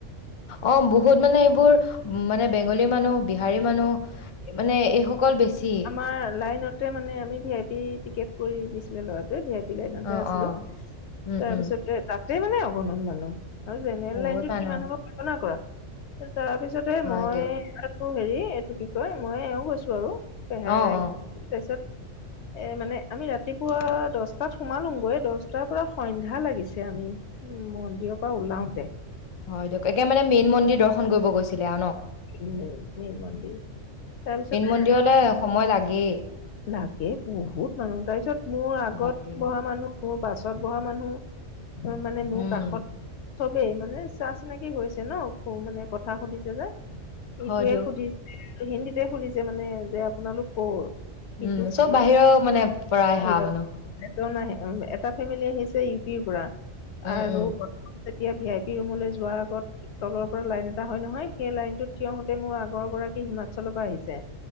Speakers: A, on the left (about 45°); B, on the left (about 65°).
A: অ', বহুত মানে এইবোৰ উম, মানে বেংগলী মানুহ বিহাৰী মানুহ, মানে এইসকল বেছি।
B: অ', লাইনত তে মানে আমি ভি-আই-পি টিকেট কৰি দিছিলে ল'ৰাতোৱে ভি আই পি লাইনতে
A: অ',
B: আছিলো,
A: অ', উম,
B: তাৰপিছতে
A: উম,
B: তাতে মানে অগণন মানুহ, আৰু জেনেৰেল
A: বহুত
B: লাইনটোত
A: মানুহ
B: কিমান হ'ব কল্পনা কৰা, তাৰপিছত তাতে
A: হয়
B: মই
A: দিয়ক
B: আৰু হেৰি এইটো কি কয়, মই আৰু এওঁ গৈছো আৰু পেহায়েৰ।
A: অ', অ',
B: তাৰপিছত এ', মানে আমি ৰাতিপুৱা দহটাত সোমালোগৈ, দহটাৰ পৰা সন্ধ্যা লাগিছে আমি উম, মন্দিৰৰ পৰা ওলাওতে।
A: হয় দিয়ক, একে মানে মেইন মন্দিৰ দৰ্শন কৰিব গৈছিলে আৰু ন'?
B: উম, মেইন মন্দিৰ, তাৰপিছত
A: মন্দিৰলৈ সময় লাগেই।
B: লাগে, বহুত মানুহ, তাৰপিছত মোৰ আগত
A: বাপৰে
B: বহা মানুহ মোৰ পাছত বহা মানুহ, মানে
A: উম,
B: মোৰ কাষত চবেই মানে চা চিনাকি হৈছে ন, মানে কথা সুধিছে যে
A: হয়
B: ইটোৱে
A: দিয়ক
B: সুধিছে হিন্দীটে সুধিছে মানে যে আপোনালোক ক'ৰ? সিটোক
A: উম, চব
B: মই
A: বাহিৰৰ মানে পৰাই
B: বাহিৰৰ
A: অহা মানুহ?
B: এজন আহ এটা ফেমিলি আহিছে ইউ পিৰ পৰা,
A: উম,
B: আৰু
A: উম,
B: প্ৰথম যেতিয়া ভি আই পি ৰুমলৈ যোৱাৰ আগত তলৰ পৰা লাইন এটা হয় নহয়, সেই লাইনটোত থিয় হওঁতে মোৰ আগৰ গৰাকী হিমাচলৰ পৰা আহিছে।